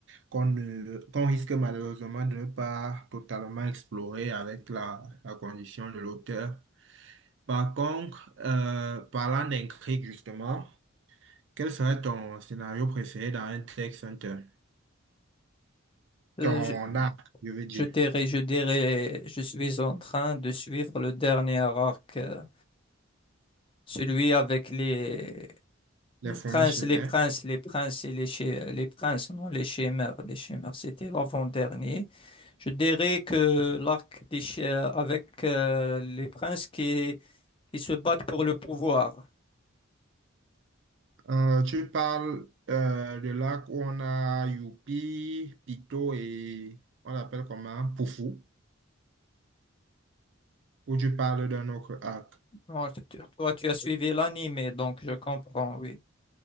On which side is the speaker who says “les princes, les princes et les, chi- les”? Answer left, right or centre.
Left